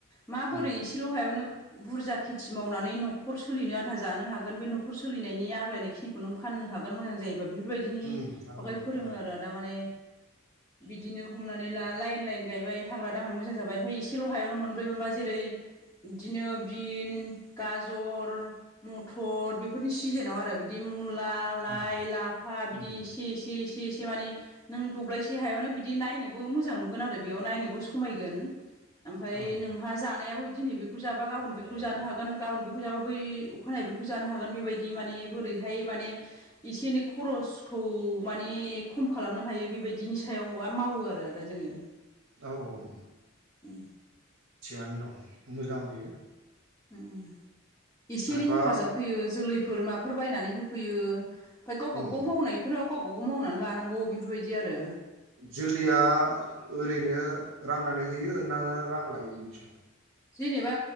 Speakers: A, on the left (about 15°); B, on the right (about 70°).
A: माबोरै
B: उम
A: एसे ल' हायावनो बुरजा खेथि मावनानै न'खर सोलिनो आनथा जानो हागोन बे न'खर सोलिनायनि आग्लायनायखि खौ नों फाननो हागोन मोजां जायोबा बेफोरबायदिनि
B: उम आवगायनाय
A: बागै फोरोङो
B: खना
A: आरो दा माने बिदिनो हमनानै ला लाइन लाइन गायबाय हाग्रा दांनो मोजां जाबाय ओमफ्राय एसेल' हायावनो मोनब्रै मोनबा जेरै बिदिनो बिन गाजर मथर बेफोरनि सिजेनाव आरो बिदि मुला लाइ
B: उम
A: लाफा बिदि
B: उम
A: इसे इसे इसे एसे एसे माने नों दब्लायसे हायावनो बिदि नायनोबो मोजां नुगोन आरो बेयाव नायनोबो समायगोन ओमफ्राय
B: औ
A: नोंहा जानायाबो दिनै बे बेखौ जाबा गाबोन बेखौ जानो हागोन गाबोन बेखौ जाबा बै अखानायै बेखौ जानो हागोन बेबायदि माने बोरैहाय माने एसे एनै खरसखौ माने खम खालामनो हायो बेबायदिनि सायाव आ माव औ आरो आदा जोङो।
B: औ औ।
A: उम
B: थिगानो दं मोजां बियो।
A: उम एसे
B: खायफा
A: एनै हेफाजाब होयो जोलै फोर माफोर बायनानै होफैयो ओमफ्राय गाव गावबा
B: उम
A: गाव मावनायफोराव गाव गाव‌गाव मावनानै लानांगौ बेफोरबायदि आरो।
B: जोलैया ओरैनो राननानै होयो ना रां लायो बिनि सायाव?
A: जेनेबा